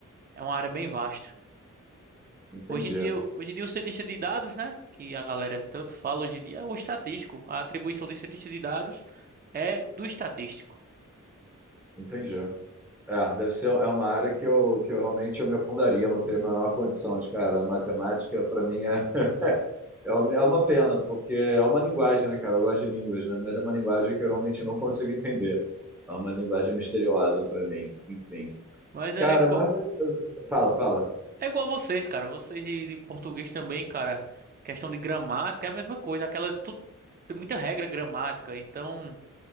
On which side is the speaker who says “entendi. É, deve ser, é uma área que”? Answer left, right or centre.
Centre